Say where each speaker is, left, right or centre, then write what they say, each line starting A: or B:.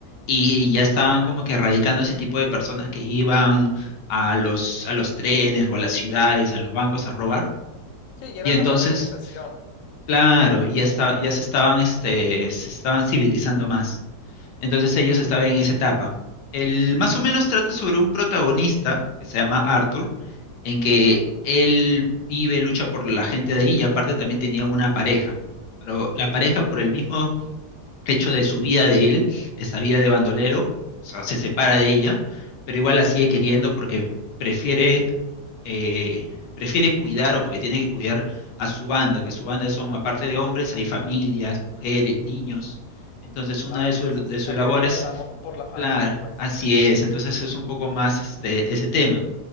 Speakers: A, on the left; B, on the left.
A: y ya estaban como que erradicando ese tipo de personas que iban a los, a los trenes o a las ciudades, a los bancos a robar.
B: Sí, ya
A: Y
B: era
A: entonces
B: la modernización.
A: Claro, y ya está- ya se estaban, este, se estaban civilizando más. Entonces ellos estaban en esa etapa. El más o menos trata sobre un protagonista que se llama Arthur, en que
B: Ajá.
A: él vive, lucha por la gente de ahí y aparte también tenía una pareja. Pero la pareja, por el mismo hecho de su vida de él, esa vida de bandolero, o sea, se separa de ella, pero igual la sigue queriendo porque prefiere eh, prefiere cuidar o porque tiene que cuidar a su banda, que su banda son, aparte de hombres, hay familias, mujeres, niños. Entonces, una
B: Va,
A: de,
B: entonces
A: sus de sus
B: sacrifica
A: labores,
B: el amor por la familia,
A: claro,
B: pues.
A: así es. Entonces, es un poco más este, ese tema.